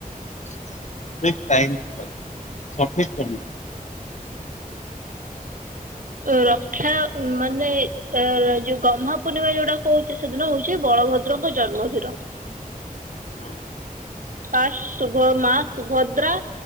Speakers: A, on the left; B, on the right.
A: ଠିକ୍ ଟାଇମ୍ ଆଉ ସଠିକ ସମୟ।
B: ଅ ରକ୍ଷା ଉଁ ମାନେ ଅ ଯୋଉ ଗହ୍ମା ପୂର୍ଣ୍ଣିମା ଯୋଉଟା କୋହୁଚ ସେଦିନ ହୋଉଚି ବଳ ବଳଭଦ୍ରଙ୍କ ଜନ୍ମଧିର।
A: ହଁ।
B: ଫାର୍ଷ୍ଟ ସୁଭ ମାଆ ସୁଭଦ୍ରା